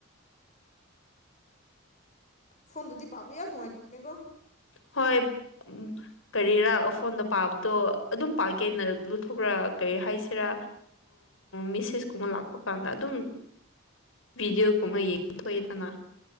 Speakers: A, on the left (about 35°); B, on the left (about 65°).
A: ꯐꯣꯟꯗꯨꯗꯤ ꯄꯥꯕ ꯌꯥꯝ ꯅꯨꯡꯉꯥꯏꯇꯦꯀꯣ꯫
B: ꯍꯣꯏ ꯑꯥ ꯎꯝ ꯀꯔꯤꯔꯥ ꯐꯣꯟꯗ ꯄꯥꯕꯗꯣ ꯑꯗꯨꯝ ꯄꯥꯒꯦꯅ ꯂꯨꯊꯣꯛꯔꯥ ꯀꯔꯤ ꯍꯥꯏꯁꯤꯔꯥ ꯃꯤꯁꯦꯁ ꯀꯨꯝꯕ ꯂꯥꯛꯄ ꯀꯥꯟꯗ ꯑꯗꯨꯝ ꯚꯤꯗꯤꯑꯣꯒꯨꯝꯕ ꯌꯦꯡꯊꯣꯛꯑꯦꯗꯅ꯫